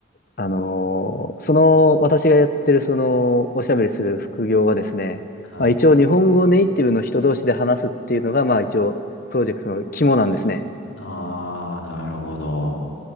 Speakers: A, on the left; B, on the left.
A: あの、その、私がやってるその、おしゃべりする副業はですね、
B: はい。
A: まあ、一応日本語ネイティブの人同士で話すっていうのが、まあ一応、プロジェクトの肝なんですね。
B: ああ、なるほど。